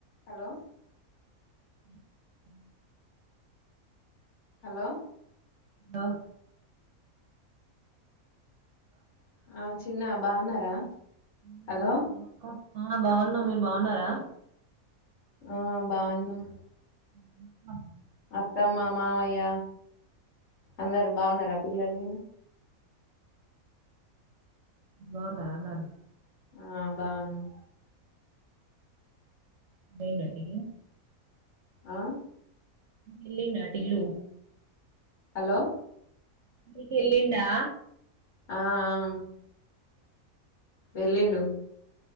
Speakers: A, on the left; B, on the right.
A: Hello
B: <inaudible>
A: hello
B: బా
A: <inaudible> ఆ చ్ తిన్న బాగున్నారా
B: హు
A: హలో
B: నందక్క ఆమ్ బాగున్నా మీరు బాగున్నారా
A: ఆ బాగున్నాం
B: హూ మ్ హబ్
A: అత్తమ్మ మామయ్య అందరు బాగున్నారా పిల్లలు గినా
B: బాన్నార అందరూ
A: ఆ బాగున్నం
B: అయిందా టిఫిన్
A: ఆ
B: ఇల్లి నాటిల్లు
A: హలో
B: మీక్ ఎల్లిండా
A: ఆ ఆ వెళ్ళిండు